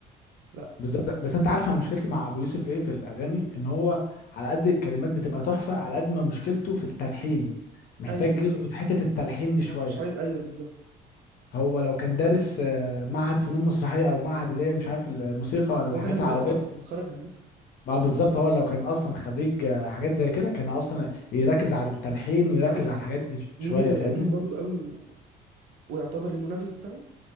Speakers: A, on the right (about 65°); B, on the left (about 60°).
A: لا
B: بالظبط لأ، بس انت عارف انا مشكلتي مع ابو يوسف ايه في الاغاني ان هو على قد الكلمات بتبقى تحفه على قد ما مشكلته في التلحين محتاج
A: ايوه بالظبط
B: يظبط حته التلحين دي شويه
A: هو مش عايز ايوه بالظبط
B: هو لو كان دارس آه، معهد فنون مسرحيه او معهد اللي هي مش عارف الموسيقى ولا الحاجات
A: هو ده هندسه
B: العربيه
A: اصلا متخرج هندسه
B: ما بالظبط هو لو كان اصلا خريج آه، حاجات زي كده كان اصلا يركز على التلحين ويركز
A: عارف
B: على الحاجات دي ش- شويه
A: مين اللي
B: فاهمني
A: قديم برضو قوي و... ويعتبر المنافس بتاعه